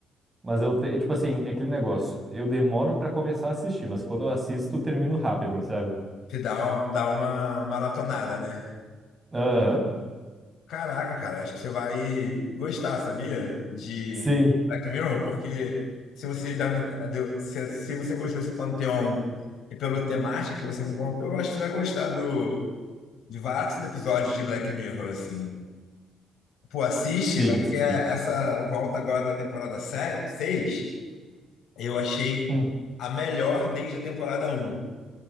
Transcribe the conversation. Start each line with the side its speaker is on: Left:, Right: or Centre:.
Right: Mas eu, te- tipo assim, é aquele negócio. Eu demoro pra começar a assistir, mas quando eu assisto, eu termino rápido, hein, sabe?
Left: Você dá uma, dá uma maratonada, né?
Right: Aham.
Left: Caraca, cara, acho que você vai gostar, sabia? De
Right: Sim,
Left: Black Mirror, porque se você já me deu, se, se você gostou desse panteão e pela temática que você me contou, eu acho que você vai gostar do, de vários episódios de Black Mirror, assim. Pô, assiste,
Right: sim,
Left: acho
Right: sim.
Left: que é essa volta agora da temporada 6. Eu achei
Right: Hum,
Left: a melhor desde a temporada um